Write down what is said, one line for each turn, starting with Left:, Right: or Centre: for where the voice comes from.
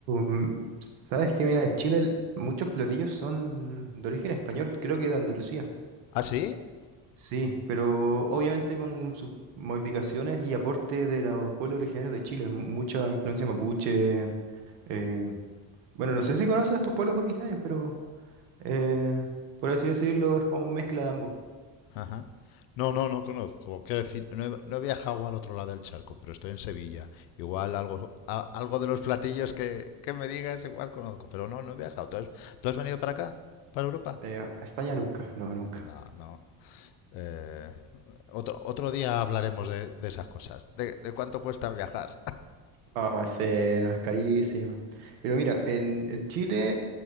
Right: mm, sabes que mira, en Chile el- muchos platillos son de origen español, creo que de Andalucía.
Left: ¿ah, sí?
Right: Sí, pero obviamente con sus modificaciones y aporte de los pueblos originarios de Chile, mu- mucha influencia mapuche. eh, bueno, no sé si conoces a estos pueblos originarios, pero eh, por así decirlo, es como mezcla de ambos.
Left: Ajá. No, no, no conozco. Quiero decir, no he, no he viajado al otro lado del charco, pero estoy en Sevilla. Igual algo, a- algo de los platillos que, que me digas, igual conozco. Pero no, no he viajado. ¿Tú has, tú has venido para acá? ¿Para Europa?
Right: Eh, a España nunca, no, nunca.
Left: No, no, no. Eh, otro, otro día hablaremos de, de esas cosas, de, de cuánto cuesta viajar.
Right: Ah, sí, no, es carísimo. Pero mira, en, en Chile